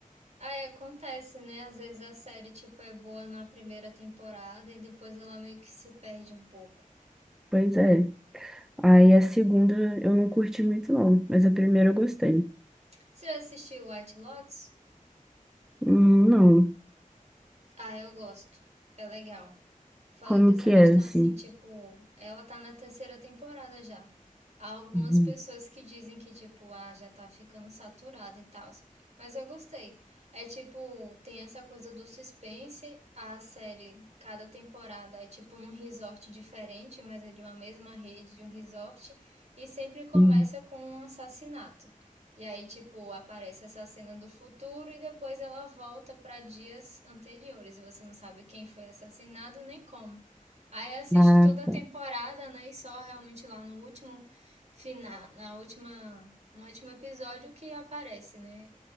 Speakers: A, on the right; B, in the centre.
A: Ah, é, acontece, né? Às vezes a série, tipo, é boa na primeira temporada e depois ela meio que se perde um pouco.
B: Pois é. Aí a segunda eu não curti muito, não. Mas a primeira eu gostei.
A: Você já assistiu White Lotus?
B: Hum, não.
A: Ah, eu gosto. É legal. Eu falei
B: Como
A: dessa
B: que
A: questão
B: é, assim?
A: assim, tipo, ela tá na terceira temporada já. Há algumas
B: Uhum,
A: pessoas que dizem que, tipo, ah, já tá ficando saturado e tal. Mas eu gostei. É tipo, tem essa coisa do suspense. A série, cada temporada é tipo num resort diferente, mas é de uma mesma rede, de um resort. E sempre começa
B: uhum.
A: com um assassinato. E aí, tipo, aparece essa cena do futuro e depois ela volta pra dias anteriores. E você não sabe quem foi assassinado nem como. Aí assiste
B: Ah,
A: toda a
B: tá.
A: temporada, né? E só realmente lá no último fina- na última, no último episódio que aparece, né?